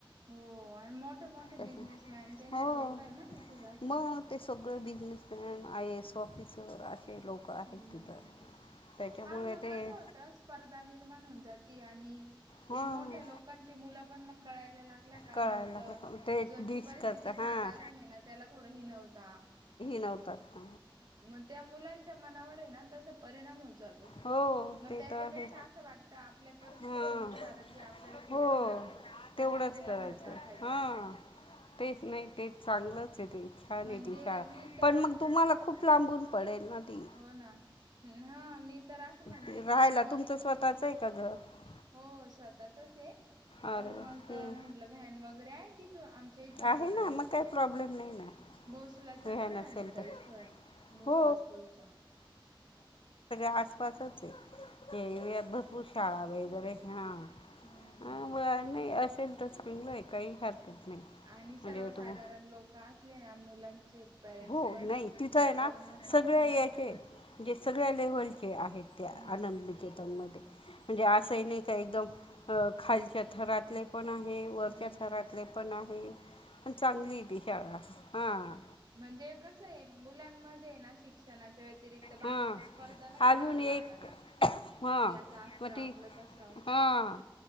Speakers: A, on the right; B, on the left.
A: हो आण् मोठे मोठे
B: त्याच्या
A: बिझनेसमॅन त्यांची
B: हो
A: लोक आयना तिथे जास्त.
B: मग ते सगळे बिजनेसमॅन आयएएस ऑफिसर अशे लोक आहेत
A: हम्म
B: तिथं त्याच्यामुळे
A: हां मग
B: ते
A: कसं होतं स्पर्धा निर्माण हून जाती आणि
B: हां
A: ते मोठ्या लोकांचे मुलंपण मग कळायला लाग ल का
B: कळायला
A: मग
B: लागलं ते
A: ज्याची
B: डिश
A: परिस्थिती
B: करता हां
A: साधारणेना त्याला थोड हिणवता.
B: णवतात.
A: म त्या मुलांच्या मनावरेना तसं परिणाम होत जातो
B: हो
A: म
B: ते
A: त्याच्यापेक्षा
B: तर आहे
A: असं वाटत आपल्या परिस्थितीनुसार
B: हां
A: जे आपल्याला झेपत
B: हो
A: ना. त्याच्यात
B: तेवढंच
A: मुलांना
B: करायचंय,
A: टाकायचं
B: हां तेच नाही तेच चांगलंचेय ते. छान
A: म्हणजे
B: ती शाळा
A: मी तर
B: पण मग तुम्हाला खूप लांबून पडेल ना, ती
A: होना अं हां, मी तर असं म्हणते
B: ते राहायला
A: की बुवा,
B: तुमचं <unintelligible>
A: हो स्वतःचचे.
B: अरे
A: पण
B: वा
A: मंग
B: हं.
A: म्हंटल व्हॅन वगैरे आहे. तिथून आमच्या इथून
B: आहे
A: तिकडे,
B: ना मग काही प्रॉब्लेम नाही ना
A: भोसलाच्या
B: वेळ
A: पण व्हॅन
B: नसेल
A: हायत ताई
B: तर
A: इथं, भोसले
B: हो
A: स्कूलच्या.
B: आसपासचे या एरीयात
A: हो
B: भरपूर शाळा वेगैरे हां.
A: हम्म
B: <unintelligible> असेल तर चांगलंय काई हरकत नाही
A: आणि
B: म्हणजे
A: सर्वसाधारण
B: तुम
A: लोक असलेना मुलां चे पॅरेंट्स
B: हो
A: पण,
B: नाही तिथं आहे ना
A: तर म‌ चांगलं
B: सगळ्या याचे
A: वाजत.
B: म्हणजे सगळ्या लेव्हलचे, आहेत त्या
A: हम्म
B: आनंद निकेतनमध्ये. म्हंजे असही नइका एकदम अ, खालच्या थरातले, पण आहे वरच्या
A: हम्म
B: थरातले पण आहे. पण चांगली ती शाळा. हां,
A: म्हंजे कसंय मुलांमध्येय ना, शिक्षणाच्या व्यतिरिक् क्त बाकीच्या
B: हां
A: स्पर्धा नको
B: अजून
A: रा लागायला,
B: एक हां
A: याच असं
B: मग
A: आपलं
B: ती
A: तसं असं.
B: हां,